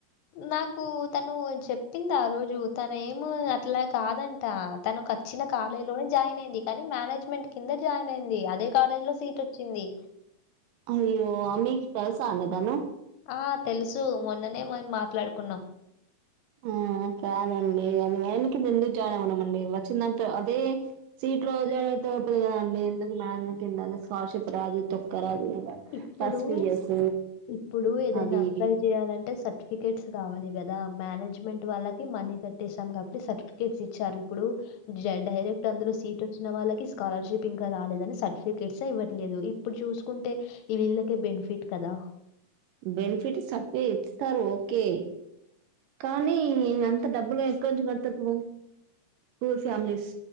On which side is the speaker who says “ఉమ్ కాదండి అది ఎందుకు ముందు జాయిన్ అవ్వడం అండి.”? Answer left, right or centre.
Right